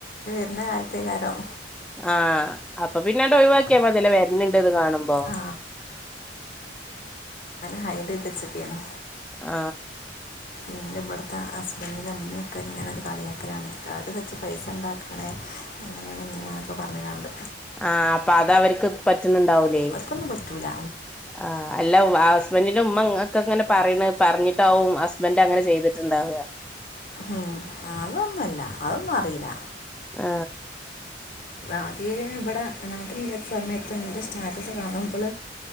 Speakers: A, on the left; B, in the centre.
A: എന്ന കാലത്തേ കാര്യം
B: ആഹ് അപ്പൊ പിന്നൊ ഒഴിവാക്കിയാ മതിലെ വരണ്ട് ത് കാണുമ്പോ
A: ആ ഹ ഇത് ഇച്ചൊക്കെയാണ്
B: ആ
A: എൻ്റെ ഇവിടുത്തെ ഹസ്ബൻഡിൻ്റെ അമ്മയൊക്കെ ഇങ്ങനെ ഒരു കളിയാക്കരാണ് സ്റ്റാറ്റസിട്ട് വെച്ച് പൈസ ഉണ്ടാക്കണേ അങ്ങനെയാണ് ഇങ്ങനെയാെന്നൊക്കെ പറഞ്ഞു കാണ്ട്
B: ആ അപ്പൊ അത് അവർക്ക് പറ്റുന്നുണ്ടാവലേ
A: ഓർക്കൊന്നും പറ്റില്ല
B: ആ അല്ല ആ ഹസ്ബൻറിന്റെ ഉമ്മ നിങ്ങ നക്കങ്ങനെ പറയ പറഞ്ഞിട്ടാവും ഹസ്ബൻറ്റ് അങ്ങനെ ചെയ്തിട്ടുണ്ടാവുക
A: ഉം അതൊന്നുമല്ല അതൊന്നും അറിയില്ല
B: ആ
A: ആദ്യ ഇവിടെ രാത്രി ഇല്ലാത്ത സമയത്ത് എന്റെ സ്റ്റാറ്റസ് കാണുമ്പോൾ